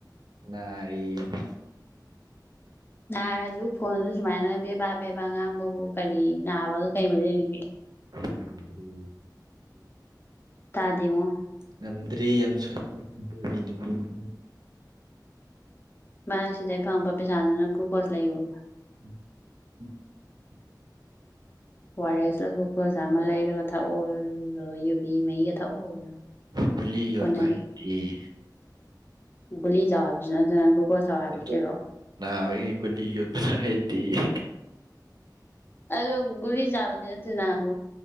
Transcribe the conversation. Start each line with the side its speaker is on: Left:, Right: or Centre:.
Right: ꯅꯥꯔꯤꯅ <inaudible>
Left: ꯅꯥꯔꯁꯨ ꯐꯣꯟꯁꯨ ꯁꯨꯃꯥꯏꯅ ꯕꯦꯕꯥ ꯕꯦꯕꯥ ꯉꯥꯡꯕꯕꯨ ꯀꯔꯤ ꯅꯥꯕꯒ ꯀꯩ ꯃꯔꯤ ꯂꯩꯅꯒꯦ
Right: <inaudible>
Left: ꯇꯥꯗꯦꯉꯣ
Right: ꯉꯝꯗ꯭ꯔꯦ ꯌꯥꯝ ꯁꯣꯟꯗꯕꯤ ꯇꯧꯔꯦ <unintelligible>
Left: ꯃꯥ ꯁꯤꯗꯩ ꯐꯪꯉꯛꯄ ꯄꯩꯁꯥꯗꯨꯅ ꯒ꯭ꯂꯨꯀꯣꯁ ꯂꯩꯑꯣꯌꯣ
Right: <inaudible>
Left: ꯑꯣ ꯑꯥꯔ ꯑꯦꯁ ꯂ ꯒꯨꯀꯣꯁꯂ ꯑꯃ ꯂꯩꯔꯒ ꯊꯛꯎ ꯑꯗꯨꯒ ꯌꯨꯕꯤ ꯃꯍꯤꯒ ꯊꯛꯑꯣꯌꯣ
Right: ꯒꯨꯜꯂꯤ ꯌꯣꯠꯄ
Left: ꯀꯣꯟꯅꯅꯤ
Right: ꯍꯛꯇꯦꯌꯦ
Left: ꯒꯨꯂꯤ ꯆꯥꯎ ꯍꯥꯏꯕꯁꯨ ꯅꯠꯇꯅ ꯒ꯭ꯂꯨꯀꯣꯁ ꯊꯥꯎ ꯍꯥꯏꯕꯗꯤ
Right: ꯑꯗꯨ
Left: ꯀꯩꯅꯣ
Right: ꯅꯥꯕꯩ ꯒꯨꯂꯤ ꯌꯣꯠꯄꯁꯨ ꯍꯩꯇꯦꯌꯦ
Left: ꯑꯗꯣ ꯒꯨꯂꯤ ꯆꯥꯕꯗꯤ ꯅꯠꯇꯦꯅ ꯒ꯭ꯂꯨ